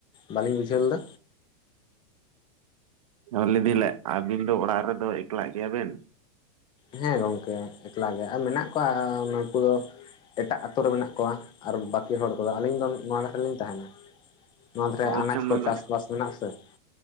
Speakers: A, on the left; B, on the right.
A: ᱵᱟᱞᱤᱧ ᱵᱩᱡᱷᱟᱹᱣ ᱞᱮᱫᱟ?
B: <unintelligible> ᱟᱹᱵᱤᱱ ᱫᱚ ᱚᱲᱟᱜ ᱨᱮᱫᱚ ᱮᱠᱞᱟᱜ ᱜᱮᱭᱟ ᱵᱮᱱ᱾
A: ᱦᱮᱸ ᱜᱚᱝᱠᱮ ᱮᱠᱞᱟᱜᱮ ᱟᱨ ᱢᱮᱱᱟᱜ ᱠᱚᱣᱟ ᱟ ᱱᱠᱩᱫᱚ ᱮᱴᱟᱜ ᱟᱛᱳ ᱨᱮ ᱢᱮᱱᱟᱜ ᱠᱚᱣᱟ ᱟᱨ ᱵᱟᱹᱠᱤ ᱦᱚᱲ ᱠᱚᱫᱚ ᱟᱹᱞᱤᱧ ᱫᱚ ᱱᱚᱣᱟ ᱱᱟᱠᱷᱟ ᱨᱮᱞᱤᱧ ᱛᱟᱦᱮᱱᱟ᱾ ᱱᱚᱣᱟ ᱫᱷᱟᱨᱮ
B: ᱚ ᱟᱪᱪᱷᱟ
A: ᱟᱱᱟᱡ
B: ᱢᱟᱱᱮ
A: ᱠᱚ ᱪᱟᱥ ᱵᱟᱥ ᱢᱮᱱᱟᱜ ᱥᱮ ᱾